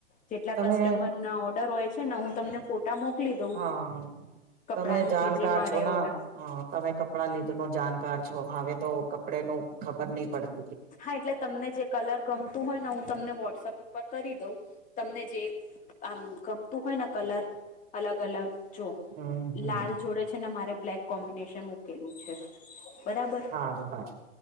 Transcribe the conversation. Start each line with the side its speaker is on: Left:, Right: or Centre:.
Left: જેટલા
Right: તમે
Left: ક ઓર્ડર હોય છે ને હું તમને ફોટા મોકલી દઉં
Right: હા
Left: કપડા
Right: તમે
Left: નું
Right: જાણકાર
Left: જે જે મારે
Right: છો ના
Left: ઓર્ડર
Right: હા તમે કપડાં લીધ ન જાણકાર છો હવે તો કપડે નું ખબર નહી પડ.
Left: હા એટલે તમને જે કલર ગમતું હોય ને હું તમને વોટ્સઅપ ઉપર કરી દઉં. તમને જે આમ ગમતું હોય ને કલર અલગ અલગ જો
Right: હમ હમ
Left: લાલ જોડે છે ને મારે બ્લેક કોમ્બિનેશન મૂકેલું છે બરાબર
Right: સારું સારું